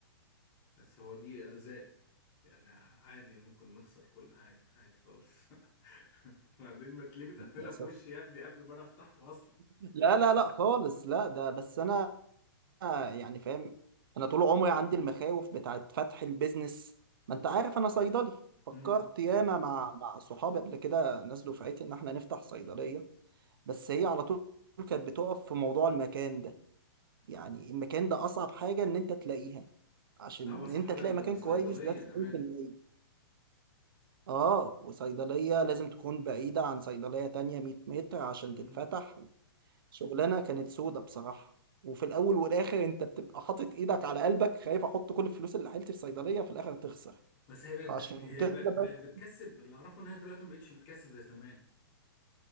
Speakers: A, on the left (about 20°); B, on the right (about 60°).
A: بس هو دي أرزاق يعني عادي ممكن نخسر كل حاجة عادي خالص <laughs> بعدين ما تلاقيه متقفلة
B: للاسف
A: في وشي يا ابني قبل ما أنا أفتحه أصلا
B: لا لا لا خالص لا ده بس انا يعني فاهم انا طول عمري عندي المخاوف بتاعت فتح البيزنس ما انت عارف انا صيدلي فكرت
A: مم.
B: ياما مع مع صحابي قبل كده ناس دفعتي ان احنا نفتح صيدلية بس هي على طول كانت بتقف في موضوع المكان ده يعني المكان ده اصعب حاجه ان انت تلاقيها عشان
A: لا وصف
B: ان انت
A: حاجة
B: تلاقي
A: للصيدلية
B: مكان كويس ده 90%
A: كمان
B: اه وصيدليه لازم تكون بعيده عن صيدليه تانية 100 متر عشان
A: مم.
B: تتفتح شغلانه كانت سودة بصراحه وفي الاول والاخر انت بتبقى حاطط ايدك على قلبك خايف احط كل الفلوس اللي حيلتي في صيدليه في الاخر تخسر
A: بس هي بقت
B: فعشان
A: بتك... هي
B: كده
A: بق-
B: بس
A: بقت بتكسب اللي أعرفه إن هي دلوقتي ما بقتش بتكسب زي زمان